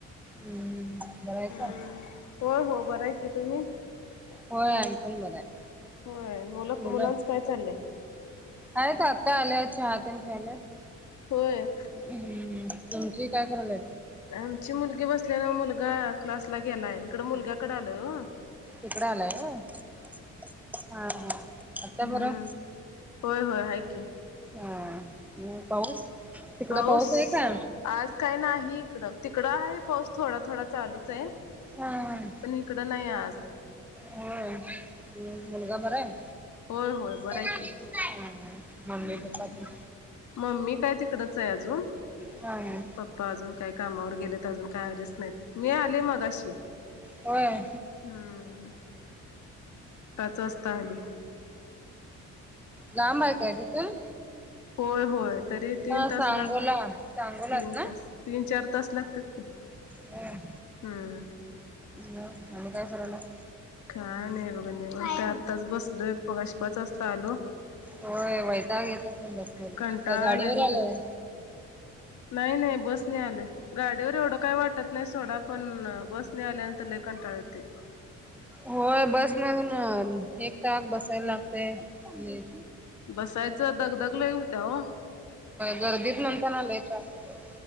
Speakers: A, in the centre; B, on the left.
A: हम्म. बरं आहेसा
B: हम्म होय हो बरं आहे की तुम्ही.
A: होय आम्ही पण बराय
B: होय
A: मुलं.
B: मुलांच काय चाललंय
A: आहेत आता आले, चहा तेन प्यायले.
B: होय.
A: हम्म तुमची काय करालेत.
B: आमची मुलगी बसल्या नवं, मुलगा क्लासला गेला आहे इकडं मुलग्याकड आलोय ओ.
A: तिकडं आलाय होय हा हा आता
B: हम्म
A: बरं.
B: होय होय हाय की.
A: हा मग पाऊस. तिकडं
B: पाऊस
A: आहे का
B: आज काय नाही इकडं तिकडं आहे. पाऊस थोडा थोडा चालूच ये.
A: आ.
B: इकडं नाही आज.
A: होय मुलगा बरं
B: होय होय बरं
A: हाय.
B: आहे की हम्म
A: मम्मी पप्पा तेन.
B: मम्मी काय तिकडचं आहे अजून.
A: हा हा.
B: पप्पा अजून काय कामावर गेलेत, अजून काय आलेच नाहीत. मी आले मगाशी हम्म.
A: होय
B: पाच वाजता आली
A: लांब आहे काय तिथून.
B: होय होय तरी तीन
A: हा
B: तास
A: सांगोला
B: लाग
A: सांगोलाच
B: तीन
A: ना
B: तास, तीन चार तास लागतात की.
A: होय.
B: हम्म.
A: ह आणि काय करालाय.
B: काय नाही बघा निवांत आत्ताच बसलोय, मगाशी पाच वासता आलो.
A: होय वैताक येत असेल बस मध्ये,
B: कंटाळा
A: काय गाडीवर
B: आलाय बघा
A: आलेय.
B: नाही नाही बस ने आलोय, गाडीवर ऐवढ काय वाटतं. नाही सोडा पण बसने आल्यानंतर लय कंटाळ येते.
A: होय बस मधून एक टाक बसायला लागतेय आणि.
B: बसायचं दगदग लय होत्या ओ.
A: गर्दीत म्हणताना लय त्रास होतो.